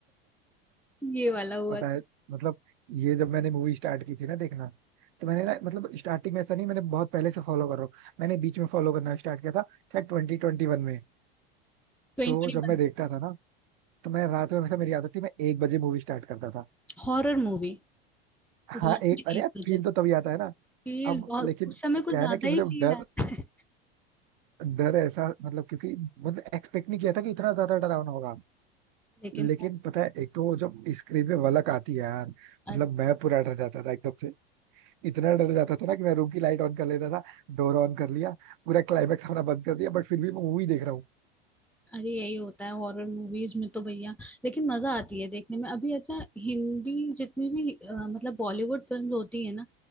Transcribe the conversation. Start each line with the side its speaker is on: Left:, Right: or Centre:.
Centre: ये वाला हुआ
Right: पता
Centre: था
Right: है मतलब ये जब मैंने मूवी स्टार्ट की थी ना देखना तो मैंने ना मतलब स्टार्टिंग में ऐसा नहीं मैंने बहुत पहले से फॉलो कर रहा हूँ मैंने बीच में फॉलो करना स्टार्ट किया था शायद ट्वेंटी ट्वेंटी वन में
Centre: ट्वेंटी
Right: तो जब मैं देखता था ना तो मैं रात में हमेशा मेरी आदत थी मैं एक बजे मूवी स्टार्ट करता था
Centre: Horror movie
Right: हाँ
Centre: रात
Right: एक
Centre: में
Right: अरे
Centre: एक
Right: यार
Centre: बजे
Right: फील तो तभी आता है ना
Centre: फील
Right: अब
Centre: बहुत
Right: लेकिन
Centre: उस समय कुछ
Right: क्या
Centre: ज्यादा
Right: है ना कि मुझे
Centre: ही फील
Right: डर
Centre: आता है
Right: डर ऐसा मतलब क्योंकि मतलब एक्सपेक्ट नहीं किया था कि इतना ज्यादा डरावना होगा
Centre: लेकिन
Right: लेकिन पता है एक तो जब स्क्रीन पे वलक आती है यार मतलब
Centre: अरे
Right: मैं पूरा डर जाता था एकदम से इतना डर जाता था ना कि मैं रूम की लाइट ऑन कर लेता था डोर ऑन कर लिया पूरा क्लाइमेक्स हमारा बंद कर दिया बट फिर भी मैं मूवी देख रहा हूँ
Centre: अरे यही होता है हॉरर मूवीज में तो भैया लेकिन मजा आती है देखने में अभी अच्छा हिंदी जितनी भी अ, मतलब बॉलीवुड फिल्म होती है ना